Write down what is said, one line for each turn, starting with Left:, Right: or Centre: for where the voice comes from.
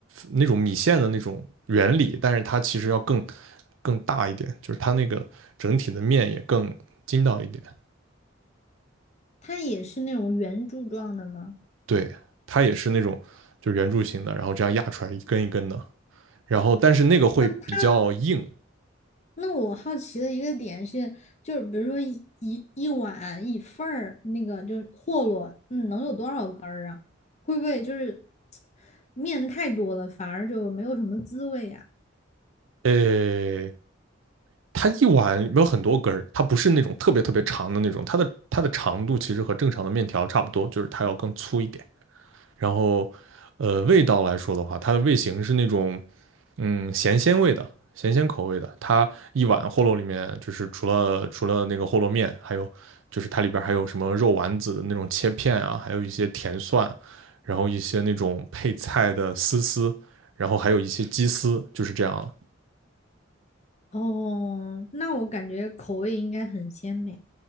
Right: 那种米线的那种原理，但是它其实要更更大一点，就是它那个整体的面也更筋道一点。
Left: 它也是那种圆柱状的吗？
Right: 对，它也是那种就是圆柱形的，然后这样压出来一根一根的，然后但是那个会比较硬，
Left: 那它那我好奇的一个点是，就是比如说一一一碗一份儿那个就是霍洛，嗯，能有多少根儿啊？会不会就是面太多了，反而就没有什么滋味呀、
Right: 呃。它一碗里面有很多根儿，它不是那种特别特别长的那种，它的它的长度其实和正常的面条差不多，就是它要更粗一点。然后，呃，味道来说的话，它的味型是那种，嗯，咸鲜味的，咸鲜口味的。它一碗饸饹里面，就是除了除了那个饸饹面，还有就是它里边儿还有什么肉丸子的那种切片啊，还有一些甜蒜，然后一些那种配菜的丝丝，然后还有一些鸡丝，就是这样了。
Left: 哦，那我感觉口味应该很鲜美。